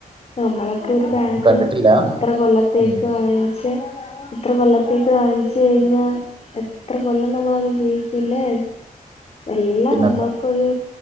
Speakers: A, on the left; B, on the right.
A: നമ്മളൊക്കെ- ബാഗ്
B: ഞാൻ കണ്ടിട്ടില്ല
A: ഇത്ര കൊല്ലത്തേക്ക്
B: ഉം
A: വാങ്ങിച്ച ഇത്ര കൊല്ലത്തേക്ക് വാങ്ങിച്ച കഴിഞ്ഞാ എത്ര കൊല്ലം നമ്മളത് ഉപയോഗിക്കുല്ലേ എല്ലാം
B: പിന്നെന്താ
A: നമ്മൾക്കൊരു